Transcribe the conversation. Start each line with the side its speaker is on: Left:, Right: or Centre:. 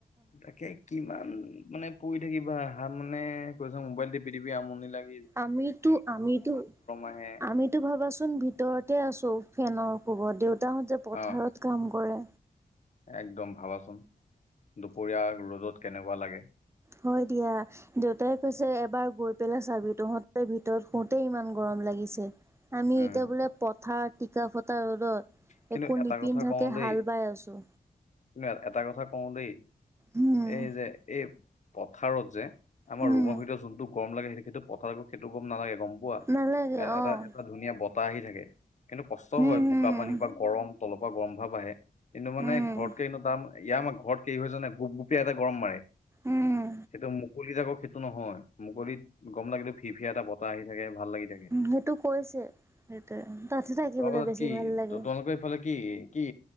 Left: তাকে কিমান? মানে পৰি থাকিবা হান মানে কৈছোং মোবাইল টিপি টিপি আমনি লাগে।
Right: আমিতো আমিতো
Left: আহে
Right: আমিতো ভাবাচোন ভিতৰতে আছ- তৌ ফেনৰ কোবত দেউতাহঁতে পথাৰত
Left: অ
Right: কাম কৰে।
Left: একদম ভাবাচোন দুপৰীয়া ৰ'দত কেনেকুৱা লাগে।
Right: হয় দিয়া দেউতাই কৈছে এবাৰ গৈ পেলাই চাবি তহঁতে ভিতৰত শুতেই ইমান গৰম লাগি গিছে আমি
Left: উম
Right: এতিয়া বোলে পথাৰ টিকা ফতা ৰ'দ দত
Left: কিন্তু
Right: একো
Left: এটা
Right: নিপিন্ধকে
Left: কথা কওঁ দেই
Right: হাল বাই আছো।
Left: কিন্তু এটা কথা কওঁ দেই
Right: উম
Left: এই যে এই পথাৰত যে আমাৰ
Right: উম
Left: ৰুমৰ ভিতৰত যোনটো গৰম লাগে। সেই সেইটো পথাৰ সেইটো গম নালাগে, গম পোৱা
Right: নালাগে
Left: এ এটা
Right: অ
Left: এটা ধুনীয়া বতাহ আহি থাকে। কিন্তু কষ্টও
Right: উম
Left: হয়
Right: হম
Left: ব- গৰম তলৰ পৰা গৰম ভাৱ আহে, কিন্তু মানে
Right: উম
Left: ঘৰতকে তাম ইয়াৰ আমাৰ ঘৰত ক হয় জানে গোপ গোপ পিয়া এটা গৰম মাৰে
Right: উম
Left: সেইটো মো- মুকলিত আকৈ সেইটো নহয়। মুকলিত গম লাগিলে ফি ফিয়া এটা বতাহ আহি থাকে। ভাল লাগি থাকে
Right: উ সেইটো কৈছে দেতায়ে। তাতহে থাকিবলৈ
Left: তোমালোকৰ তাত
Right: বেছি
Left: কি
Right: ভাল লাগে
Left: তোমালোকৰ এইফালে কি, কি